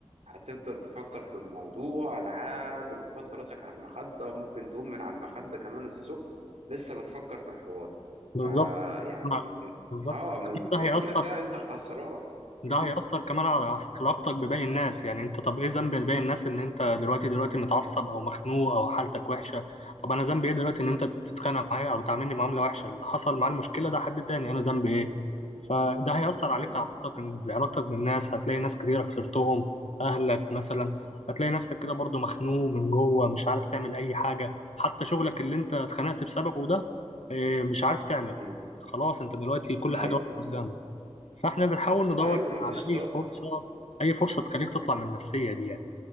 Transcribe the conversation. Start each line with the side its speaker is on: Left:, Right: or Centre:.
Right: هتفضل تفكر في الموضوع لحد ما تحط راسك على المخدة وممكن تقوم من على المخدة كمان الصبح لسه بتفكر في الحوار
Left: بالظبط
Right: فيعني
Left: لا،
Right: من
Left: بالظبط
Right: اه من من
Left: ده هيأثر
Right: كل ده انت خسران
Left: ده
Right: مم.
Left: هيأثر كمان على عص- علاقتك بباقي الناس يعني انت طب ايه ذنب باقي الناس ان انت دلوقتي دلوقتي متعصب او مخنوق او حالتك وحشة طب انا ذنبي ايه دلوقتي ان انت تتخانق معايا او تعاملني معاملة وحشة اللي حصل معاه المشكلة ده حد تاني انا ذنبي ايه فده هيأثر عليك
Right: مم.
Left: علاقتك بعلاقتك بالناس هتلاقي ناس كتير خسرتهم اهلك مثلا هتلاقي نفسك كده برضو مخنوق من جوه مش عارف تعمل اي حاجة حتى شغلك اللي انت اتخانقت
Right: مم.
Left: بسببه ده اه، مش عارف تعمل
Right: مم.
Left: خلاص انت دلوقتي كل
Right: ايوه
Left: حاجة واقفة
Right: بالظبط
Left: قدامك فاحنا بنحاول ندور
Right: ايوه مفيش
Left: على
Right: طاقة
Left: اي فرصه اي فرصه تخليك تطلع من النفسيه دي يعني